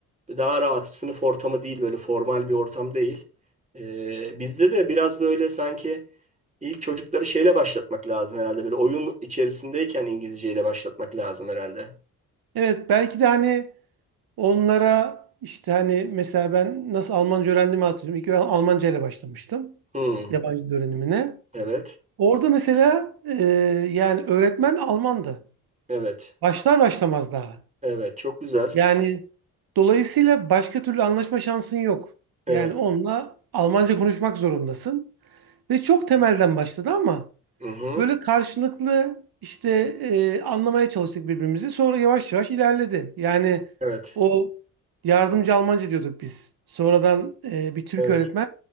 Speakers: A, on the right; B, on the right.
A: Daha rahat sınıf ortamı değil böyle formal bir ortam değil. E, bizde de biraz böyle sanki ilk çocukları şeyle başlatmak lazım herhalde böyle oyun içerisindeyken İngilizceyle başlatmak lazım herhalde.
B: Evet, belki de hani onlara işte hani mesela ben nasıl Almanca öğrendiğimi hatırlıyorum. İlk ben Almanca ile başlamıştım
A: Hmm,
B: yabancı dil öğrenimine.
A: evet.
B: Orada mesela e, yani öğretmen Almandı.
A: Evet.
B: Başlar başlamaz daha.
A: Evet. Çok güzel.
B: Yani dolayısıyla başka türlü anlaşma şansın yok.
A: Evet.
B: Yani onunla Almanca konuşmak zorundasın. Ve çok temelden başladı ama
A: Hı hı.
B: böyle karşılıklı işte e, anlamaya çalıştık birbirimizi. Sonra yavaş yavaş ilerledi. Yani
A: Evet.
B: o yardımcı Almanca diyorduk biz. Sonradan e, bir Türk
A: Evet.
B: öğretmen